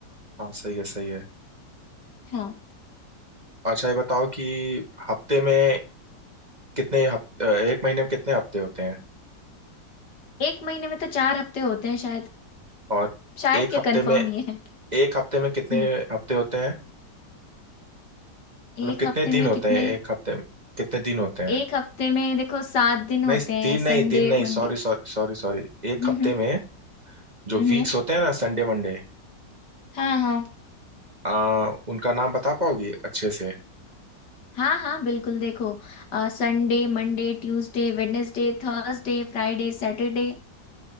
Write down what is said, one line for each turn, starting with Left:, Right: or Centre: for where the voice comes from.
Right: हाँ सही है सही है
Left: हाँ
Right: अच्छा ये बताओ कि हफ्ते में कितने हफ्ते एक महीने में कितने हफ्ते होते हैं
Left: एक महीने में तो चार हफ्ते होते हैं शायद
Right: और
Left: शायद
Right: एक
Left: क्या
Right: हफ्ते
Left: कंफर्म
Right: में
Left: ही है
Right: एक हफ्ते में कितने
Left: हम्म,
Right: हफ्ते होते हैं मतलब
Left: एक
Right: कितने
Left: हफ्ते में
Right: दिन होते
Left: कितने
Right: हैं एक हफ्ते में कितने दिन होते हैं
Left: एक हफ्ते में देखो सात दिन होते
Right: नहीं
Left: हैं
Right: दिन
Left: संडे
Right: नहीं दिन नहीं
Left: मंडे
Right: सॉरी सॉरी सॉरी सॉरी एक
Left: हम्म
Right: हफ्ते
Left: हम्म
Right: में
Left: हम्म,
Right: जो वीक्स होते हैं ना संडे मंडे
Left: हाँ हाँ
Right: आ उनका नाम बता पाओगी अच्छे से
Left: हाँ हाँ बिल्कुल देखो Sunday Monday Tuesday Wednesday Thursday Friday Saturday